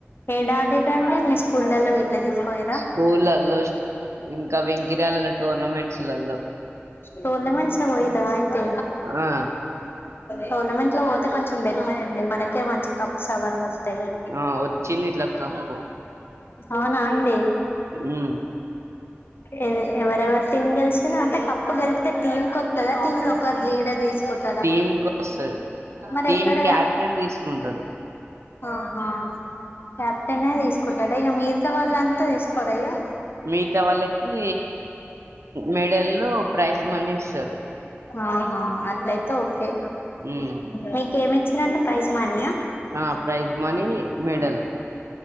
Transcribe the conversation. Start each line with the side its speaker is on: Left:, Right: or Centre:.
Left: ఏడాడిరండి. మీ స్కూల్లో విట్లా తీసుకపోయిరా
Right: స్కూళ్ళలో ఇంకా వెంకిరాలలో టోర్నమెంట్స్లలో
Left: టోర్లమెంట్సలా పోయిరా అయితే
Right: ఆ
Left: టోలమెంట్సలో పోతే కొంచెం బీట్రేండి మనక్ కే వచ్చి కప్స్ అవనోస్ తేగా
Right: ఆ వచ్చింది ఇట్లా కప్పు
Left: అవునండి.
Right: మ్మ్
Left: ఇవే ఎవరెవర్ టీమ్ గెల్చిన అంటే కప్పు గెళ్తే టీంకి వస్తదా టీమ్ లో ఒకరు లీడర్ తీసుకుంటాడా
Right: టీమ్ కోస్తది
Left: మరి
Right: టీమ్
Left: ఎక్కడ
Right: క్యాప్టెన్ తీసుకుంటాడు
Left: ఆహా క్యాయాప్టెన్నే తీసుకుంటాడ ఇగా మిగతా వాళ్ళంతా తీసుకోరా ఇగా
Right: మిగతా వాళ్ళకి మెడల్లో ప్రైజ్ మనీ ఇస్తారు
Left: ఆ ఆ అట్లైతే ఓకే
Right: మ్మ్
Left: మీకేమిచిరండు పైజ్ మనీయా
Right: ఆ ప్రైజ్ మనీ మెడల్